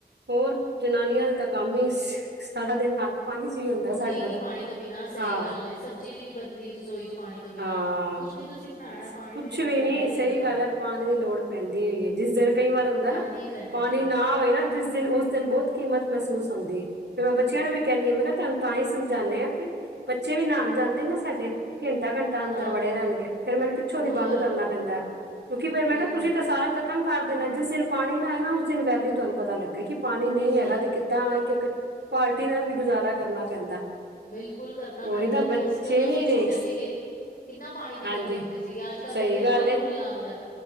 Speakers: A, on the right; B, on the left.
A: ਹੋਰ ਜਨਾਨੀਆਂ ਦੇ ਤਾਂ ਕੰਮ ਹੀ ਸਾਰਾ ਦਿਨ ਹੱਥ ਪਾਣੀ ਚ ਹੀ ਹੁੰਦਾ
B: ਮੁਕਦੇ
A: ਸਾਡਾ
B: ਹੀ ਨੀ
A: ਤਾਂ
B: ਪਾਣੀ ਤੋਂ ਬਿਨਾਂ ਸਹੀ
A: ਹਾਂ
B: ਗੱਲ ਏ, ਸਬਜ਼ੀ ਵੀ ਨੀ ਬਣਦੀ ਰਸੋਈ ਚ' ਪਾਣੀ ਤੋਂ ਬਿਨਾਂ
A: ਹਾਂ
B: ਕੁਛ ਵੀ ਤੁਸੀਂ ਬਣਾਉਣਾ ਪਾਣੀ
A: ਕੁਛ
B: ਦੀ ਤੇ ਲੋੜ
A: ਵੀ ਨੀ
B: ਹੈ ਹੀ
A: ਸਹੀ
B: ਨਾ ਤੁਹਾਨੂੰ
A: ਗੱਲ ਹੈ, ਪਾਣੀ ਦੀ ਲੋੜ ਪੈਂਦੀ ਹੋ ਹੈ, ਜਿਸ ਦੇਰ ਕਈ ਵਾਰ ਹੁੰਦਾ
B: ਪੈਂਦੀ
A: ਨਾ
B: ਹੀ ਪੈਂਦੇ
A: ਪਾਣੀ ਨਾ ਹੋਏ ਨਾ, ਜਿਸ ਦਿਨ ਉਸ ਦਿਨ ਬਹੁਤ ਕੀਮਤ ਮਹਿਸੂਸ ਹੁੰਦੀ ਹੈ, ਫੇਰ ਮੈਂ ਬੱਚਿਆਂ ਨੂੰ ਵੀ ਕਹਿੰਦੀ ਹਾਂ, ਮੈਂ ਕਿਹਾ ਤੁਹਾਨੂੰ ਤਾਂ ਹੀ ਸਮਝਾਉਦੇ ਆ ਕਿ, ਬੱਚੇ ਵੀ ਨਉਣ ਜਾਂਦੇ ਨਾ ਸਾਡੇ ਘੰਟਾ-ਘੰਟਾ ਅੰਦਰ
B: ਹਾਂ
A: ਵੜੇ ਰਹਿਣਗੇ ਫਿਰ ਮੈਨੂੰ ਪਿੱਛੋਂ
B: ਹੋਰ
A: ਦੀ ਬੰਦ ਕਰਨਾ ਪੈਂਦਾ ਕਿਉਂਕਿ ਫਿਰ ਮੈਂ
B: ਬਿਲਕੁਲ
A: ਕਿਹਾ ਤੁਸੀਂ ਤਾਂ ਸਾਰਾ ਖ਼ਤਮ ਕਰ ਦੇਣਾ ਜਿਸ ਦਿਨ ਪਾਣੀ ਨਾ ਆਏ ਨਾ ਉਸ ਦਿਨ ਵੈਲਿਊ ਤੁਹਾਨੂੰ ਪਤਾ ਲੱਗੇ ਕਿ ਪਾਣੀ ਨਹੀਂ
B: ਸਹੀ
A: ਹੈਗਾ ਤੇ ਕਿ ਤਾਂ ਇੱਕ-ਇੱਕ ਪਾਲਟੀ ਨਾਲ ਵੀ ਗੁਜ਼ਾਰਾ ਕਰਨਾ ਪੈਂਦਾ
B: ਬਿਲਕੁਲ ਕਰਨਾ
A: ਉਹੀ
B: ਪੈਂਦਾ
A: ਤਾਂ
B: ਜੀ
A: ਬੱਚੇ
B: ਅਸੀਂ ਜਦੋਂ ਅਸੀਂ
A: ਨੀ
B: ਛੋਟੇ
A: ਦੇਖ
B: ਸੀਗੇ ਕਿੰਨਾ ਪਾਣੀ ਦੀ
A: ਹਾਂਜੀ
B: ਕਮੀ ਹੁੰਦੀ ਸੀਗੀ ਅੱਜ ਕੱਲ
A: ਸਹੀ
B: ਤੇ ਫਿਰ
A: ਗੱਲ
B: ਪਾਣੀ
A: ਏ
B: ਖੁੱਲਾ ਆਉਂਦਾ